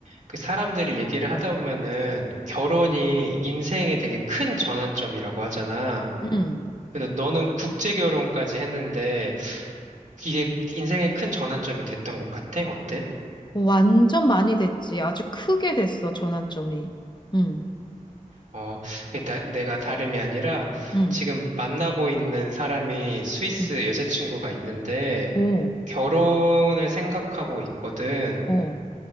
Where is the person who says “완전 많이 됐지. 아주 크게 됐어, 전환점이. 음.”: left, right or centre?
Left